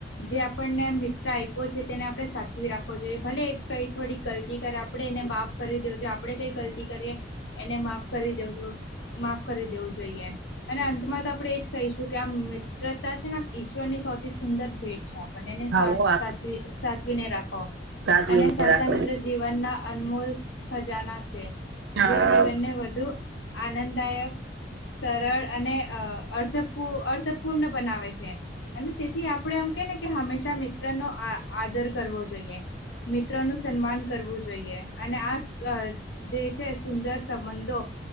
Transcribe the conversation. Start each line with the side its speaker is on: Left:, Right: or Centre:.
Left: જે આપણને મિત્ર આયપો છે, તેને આપણે સાચવી રાખવો જોઈએ. ભલે કઈ થોડી ગલતી કરે, આપણે એને માફ કરી દેવું જોઈએ. આપડે કઈ ગલતી કરીએ એને માફ કરી દેવજો માફ કરી દેવું જોઈએ. અને અંતમાં તો આપણેે એજ કેહશું. કે આ મિત્રતા છે ને, આમ ઈશ્વર ની સૌથી સુંદર ભેટ છે. આપ બનેને સન
Right: આવો
Left: સાચવી સાચવીને રાખો
Right: સાચવીને
Left: અને સાચા
Right: રાખો
Left: મિત્ર જીવનના અનમૂલ ખજાના છે.
Right: હા
Left: જે જીવનને વધુ આનંદદાયક સરળ અને અર્થપૂ અર્થપૂર્ણ બનાવે છે અને તેથી આપણે એમ કેય ને કે, હંમેશા મિત્રનો આ આદર કરવો જોઈએ. મિત્રો નું સન્માન કરવું જોઈએ. જોઈએ અને આ જે છે સુંદર સંબંધો